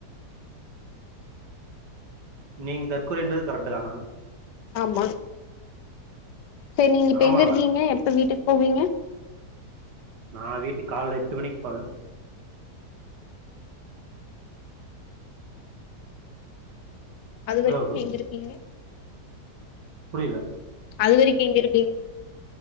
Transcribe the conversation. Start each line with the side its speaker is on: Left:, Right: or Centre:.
Right: நீங்க தற்குறின்றது கரட்டு தானா
Left: ஆமா செரி நீங்க இப்ப
Right: ஆமாவா
Left: எங்கருக்கீங்க எப்ப வீட்டுக்கு போவீங்க
Right: நா வீட்டுக்கு காலைல எட்டு மணிக் போவே
Left: அது வரைக்கு
Right: ஹலோ
Left: எங்கருப்பீங்க
Right: புரில
Left: அது வரைக்கு எங்கருப்பீங்